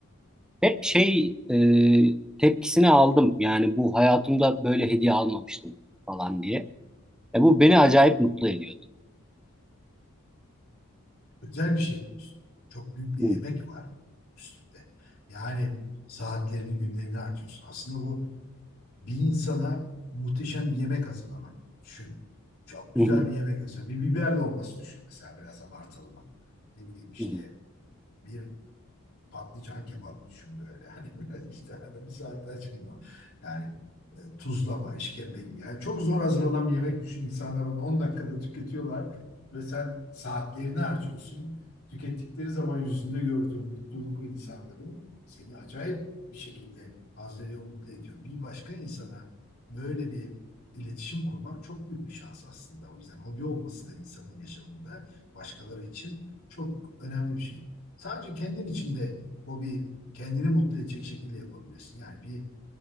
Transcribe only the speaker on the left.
özel bir şey yapıyorsun. Çok büyük bir
emek var üstünde. Yani saatlerini, günlerini harcıyorsun. Aslında bu bir insana muhteşem bir yemek hazırlamak. Düşün. Çok güzel
bir yemek mesela. Bir biber dolması düşün mesela biraz abartalım. Ne bileyim işte
bir patlıcan kebap düşün böyle. <laughs> Hani böyle işte hani bir saat aç gibi. Yani e, tuzlama, işkembe gibi. Yani çok zor hazırlanan bir yemek düşün. İnsanlar onu 10 dakikada tüketiyorlar ve sen saatlerini harcıyorsun. Tükettikleri zaman yüzünde gördüğün mutluluk ve insanların seni acayip bir şekilde haz veriyor, mutlu ediyor. Bir başka insana böyle bir iletişim kurmak çok büyük bir şans aslında. O yüzden hobi olması da insanın yaşamında başkaları için çok önemli bir şey. Sadece kendin için de hobi kendini mutlu edecek şekilde yapabilirsin. Yani bir